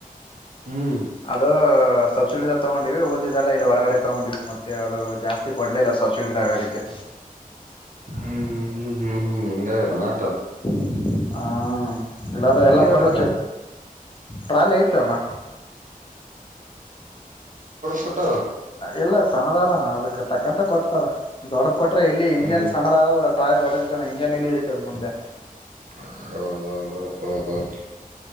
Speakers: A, on the right; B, on the left.
A: ಹ್ಮ್
B: ಅದು ಸಬ್ಸಿಡಿ ದ ತಗೊಂಡ ಇವೇ ಓದಿದೆಲ್ಲ ಇಲ್ಲಿ ಹೊರಗಡೆ ತಗೊಂಡವಿ ಮತ್ತೆ ಅದು ಜಾಸ್ತಿ ಕೊಡ್ಲಿಲ್ಲ ಸಬ್ಸಿಡಿದಾಗೋದಕ್ಕೆ
A: ಹ್ಮ್ ಹ್ಮ್ ಹ್ಮ್ ಹ್ಮ್ ಹ್ಮ್ ಹೆಿಂಗ ಇತ ನ ಆಟ ಅದು
B: <inaudible> ಹ್ಮ ಇಲ್ಲಾಂದ್ರೆ ಎಲ್ಲ ಕೊಟ್ರ
A: ಅದಕ್
B: ಟ್ರಾಲಟ್ ತ್ತಲ
A: ಪಟ
B: ಇಲ್ಲ ಸಣ್ಣದ ಅಾದಣ್ಣ ಅದಕ್ಕೆ ತಕ್ಕಂತ ಕೊಡ್ತಾರ ದೊಡ್ಡ ಕೊಟ್ರೆ ಇಲ್ಲಿ ಇಂಜನ್
A: ಹ್ಮ್
B: ಸಣ್ಣದಾದ ಟಾಲಿ ದೊಡ ಇಂಜಾನಲ್ಲಿ ಇಳಿತದ ಮುಂದೆ
A: ಹ ಹೌದೌದ ಹೌದೌದು